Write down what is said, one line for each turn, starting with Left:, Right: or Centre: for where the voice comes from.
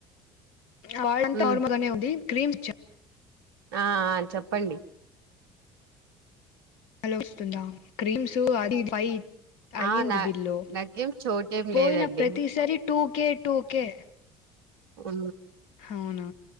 Left: కాలంతో
Right: హ్మ్
Left: నార్మల్గానే ఉంది క్రీమ్ చా
Right: ఆ చెప్పండి
Left: అలా వస్తుందా క్రీమ్స్ అది పై అయ్యింది
Right: ఆ నా
Left: బిల్లు
Right: నాకేం చోటేం
Left: పోయిన
Right: లేదండి
Left: ప్రతిసరి టూకె టూకే
Right: ఉ
Left: అవునా